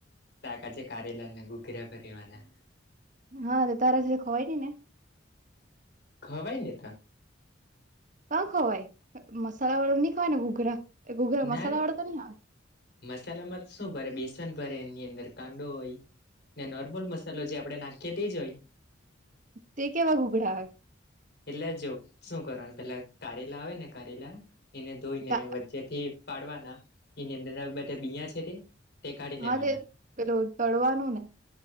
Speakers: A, on the left; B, on the right.
A: સાકા છે કારેલા ને ગુગરા ભરેવાના.
B: હા તો તારા થી જે ખવાય ની ને
A: ખવાય ને તા.
B: કા ખવાય મસાલા વાળો નહી ખવાય ને ઘોઘરા ઘૂઘરા મસાલા
A: નારે
B: વાળો તો નહી આવે
A: મસાલામાં શું ભરે બેસન ભરે એની અંદર કાંદો હોય ને નોર્મલ મસાલો જે આપણે નાખીએ તે જ હોય.
B: તે કેવા ઘૂઘડા હોય.
A: એટલે જો શું કરવાનું પેલા કારેલા આવે ને કારેલા એને ધોઈને
B: તા-
A: વચ્ચે થી ફાળવાના એની અંદર બધા બીયા છે તે તે કાઢી
B: હા
A: લેવાના
B: તે પેલું તળવાનું ને